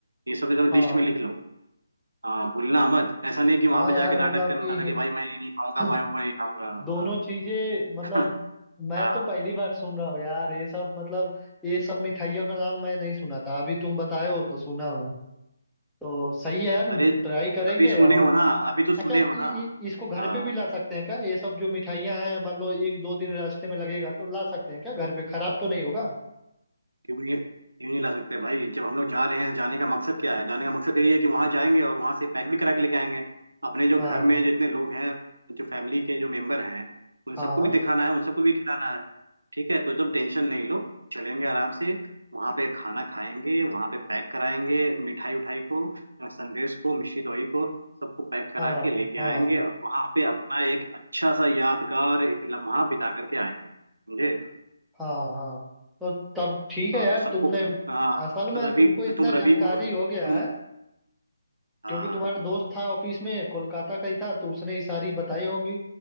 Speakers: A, on the right (about 80°); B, in the centre.
A: ये सब एकदम लिस्ट
B: हाँ
A: में लिख लो हाँ भूलना मत ऐसा नहीं कि वहां
B: हाँ
A: पे जाके
B: यार
A: नाटक
B: मतलब
A: करना
B: कि
A: कि भाई मैं ये नहीं खाऊंगा
B: <laughs>
A: भाई मैं ये खाऊंगा
B: दोनों चीजें मतलब
A: <laughs>
B: मैं
A: हाँ
B: तो पहली बार सुन रहा हूँ यार ये सब मतलब ये सब मिठाइयों का नाम मैं नहीं सुना था अभी तुम बताए हो तो सुना हूँ तो सही है यार
A: अरे
B: ट्राई करेंगे
A: अभी सुने
B: और
A: हो ना अभी तो सुने
B: अच्छा इ,
A: हो
B: इ,
A: ना
B: इसको घर
A: हाँ
B: पे भी ला सकते हैं क्या ये सब जो मिठाइयाँ हैं मान लो एक दो दिन रास्ते में लगेगा तो ला सकते हैं क्या घर पे खराब तो नहीं होगा
A: क्यों नहीं क्यों नहीं ला सकते भाई जब हम लोग जा रहे हैं जाने का मकसद क्या है जाने का मकसद यही है कि वहां जाएंगे और वहां से पैक भी करा के लेके आएंगे अपने जो
B: हाँ
A: घर में जो इतने लोग हैं जो फैमिली के जो मेंबर हैं उन सबको
B: हाँ
A: भी दिखाना है उन सबको भी खिलाना है ठीक है तो एकदम टेंशन नहीं लो चलेंगे आराम से वहां पे खाना खाएंगे वहां पे पैक कराएंगे मिठाई उठाई को संदेश को मिश्री दोई को सबको पैक करा
B: हाँ
A: के लेके
B: हाँ
A: आएंगे और वहां पे अपना एक अच्छा सा यादगार एक लम्हा बिता करके आएंगे समझे
B: हाँ हाँ तो तब ठीक है
A: हाँ
B: यार
A: तो सबको
B: तुमने
A: हाँ
B: असल में
A: रवि
B: तुमको इतना
A: तुम रवि
B: जानकारी
A: को तुम
B: हो गया है
A: हाँ
B: क्योंकि तुम्हारा दोस्त था ऑफिस में कोलकाता का ही था तो उसने ही सारी बताई होंगी